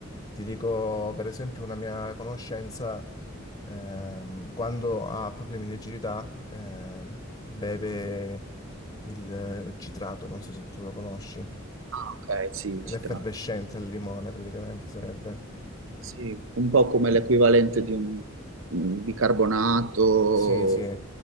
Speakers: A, on the left; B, on the right.
A: Ti dico, per esempio, una mia conoscenza, ehm, quando ha problemi di acidità, eh, beve il citrato, non so se tu lo conosci,
B: ok, sì,
A: l'effervescente
B: ci tratta.
A: al limone praticamente sarebbe.
B: Sì, un po' come l'equivalente di un, un bicarbonato.
A: Sì, sì.